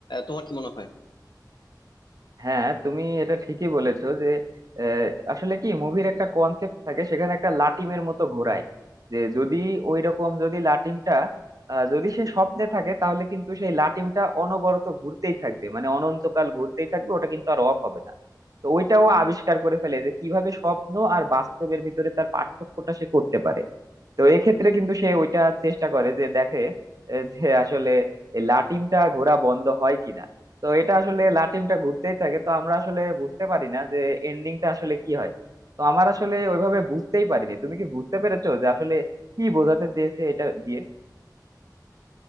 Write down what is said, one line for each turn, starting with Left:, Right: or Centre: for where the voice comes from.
Left: তোমার কি মনে হয়
Right: হ্যাঁ তুমি এটা ঠিকই বলেছো যে আহ, আসলে কি মুভির একটা কনসেপ্ট থাকে সেখানে একটা লাটিমের মতো ঘোরায় যে যদি ওই রকম যদি লাটিমটা আহ, যদি সে স্বপ্নে থাকে তাহলে কিন্তু সেই লাটিমটা অনবরত ঘুরতেই থাকবে মানে অনন্তকাল ঘুরতেই থাকবে ওটা কিন্তু আর অফ হবে না তো ওইটাও আবিষ্কার করে ফেলে যে কিভাবে স্বপ্ন আর বাস্তবের ভিতরে তার পার্থক্যটা সে করতে পারে তো এক্ষেত্রে কিন্তু সে ওইটা চেষ্টা করে যে দেখে আহ, যে আসলে এই লাটিমটা ঘোরা বন্ধ হয় কিনা তো এটা আসলে লাটিমটা ঘুরতেই থাকে তো আমরা আসলে বুঝতে পারি না যে এন্ডিংটা আসলে কি হয় তো আমার আসলে ওইভাবে বুঝতেই পারিনি তুমি কি বুঝতে পেরেছো যে আসলে কি বোঝাতে চেয়েছে এটা দিয়ে